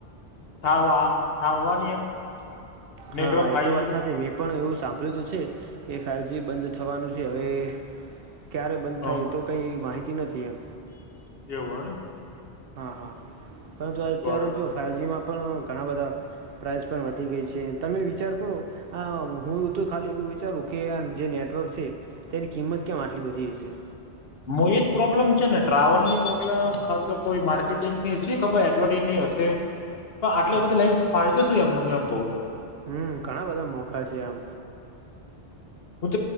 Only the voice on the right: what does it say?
હા
હા
એ તો વાત સાચી મેં પણ એવું સાંભળ્યું હતું છે કે, ફાઈવજી બંધ થવાનું છે હવે ક્યારે બંધ
થાય એ તો કંઈ માહિતી નથી એમ
હા હા પરંતુ અત્યારે
જો ફાઇવ જીમાં પણ ઘણા બધા પ્રાઇસ પણ વધી ગઈ છે, તમે વિચાર કરો આ હું હું તો ખાલી એવું વિચારું કે આ જે નેટવર્ક છે,. તેની કિંમત કેમ આટલી વધી જશે.
હા
હમ્મ ઘણાં બધાં મોંઘા છે એમ